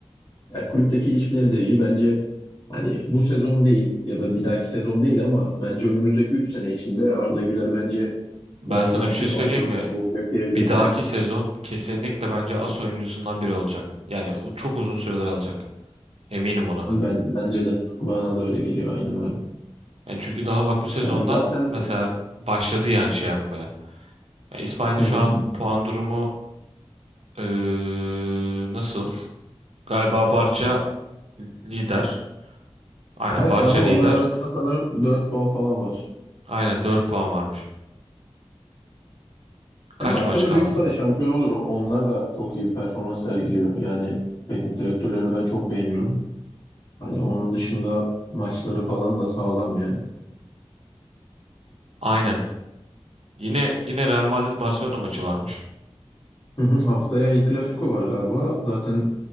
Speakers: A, on the left; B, on the right.
A: Yani kulüpteki ilişkileri de iyi. Bence hani bu sezon değil ya da bir dahaki sezon değil ama bence önümüzdeki 3 sene içinde Arda Güler bence
B: Ben
A: Real
B: sana
A: Madrid'in
B: bir şey söyleyeyim
A: as oyuncusu
B: mi?
A: olacak diyebiliriz.
B: Bir dahaki
A: yani.
B: sezon kesinlikle bence as oyuncusundan biri olacak. Yani o çok uzun süreler alacak. Eminim buna ben.
A: Ben bence de bana da öyle geliyor aynen öyle.
B: Yani çünkü daha bak bu sezondan
A: Yani zaten
B: mesela başladı yani şey yapmaya. Yani İspanya'da
A: Hı
B: şu
A: hı.
B: an puan durumu eee, nasıl? Galiba Barça lider. Aynen
A: Aha,
B: Barça
A: ama
B: lider.
A: onların arasında sanırım 4 puan falan var.
B: Aynen 4 puan varmış. Kaç
A: Ya Barcelona
B: maç kaldı?
A: büyük ihtimalle şampiyon olur. Onlar da çok iyi bir performans sergiliyor. Yani teknik direktörlerini ben çok beğeniyorum. Hani onun dışında maçları falan da sağlam yani.
B: Aynen. Yine yine Real Madrid Barcelona maçı varmış.
A: Hı hı. Haftaya El Clasico var galiba. Zaten